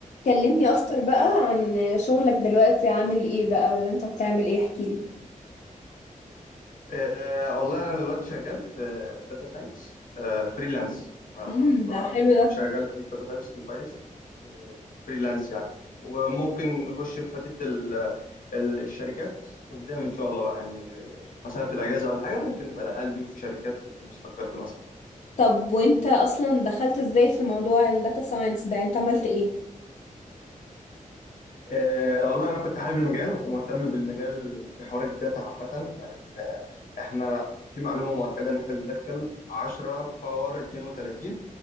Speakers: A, on the left; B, on the left.
A: كلمني اكتر بقى عن شغلك دلوقتي عامل ايه بقى ولا انت بتعمل ايه احكيلي
B: أه والله انا دلوقتي شغال في داتا ساينس فريلانس
A: امم ده حلو
B: يعني
A: ده
B: شغال في داتا ساينس كويس فريلانس يعني وممكن نخش في حته ال- ال- الشركات قدام ان شاء الله بقى يعني آه، مثلا في الاجازه ولا حاجه ممكن نبقى نقدم في شركات ونستقر مثلا
A: طب وانت اصلا دخلت ازاي في موضوع الداتا ساينس ده انت عملت ايه
B: أه والله انا كنت حابب المجال ومهتم بالمجال بحوار الداتا عامه لان آه، احنا في معلومه مؤكده ان احنا بندخل 10 باور 32